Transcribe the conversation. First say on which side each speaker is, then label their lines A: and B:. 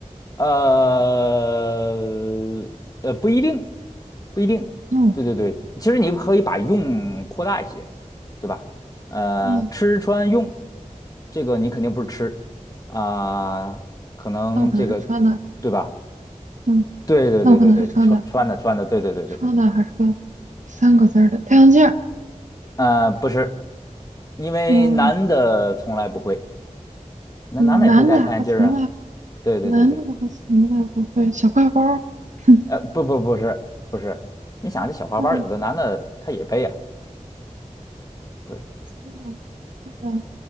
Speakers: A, on the left (about 30°); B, on the right (about 75°).
A: 呃呃，不一定，不一定。
B: 嗯
A: 对对对，其实你可以把用扩大一些，对吧？呃，
B: 嗯，
A: 吃穿用，这个你肯定不是吃啊、可能这个
B: 那我可能是穿的，
A: 对吧？
B: 嗯，
A: 对对对对对，
B: 那我可能是穿的，
A: 穿穿的穿的，对对对对对，
B: 穿的还是个三个字儿的太阳镜儿。
A: 呃，不是，因为男的从来不会，
B: 嗯
A: 那男的也会戴太阳镜儿啊。
B: 嗯，男的还从来
A: 对对对对，
B: 男的好像从来不会小挎包儿，<laughs> 哼，
A: 呃，不不不是不是，你想这小花包，
B: 那
A: 有的男的他也背呀、对。
B: 真的，真的，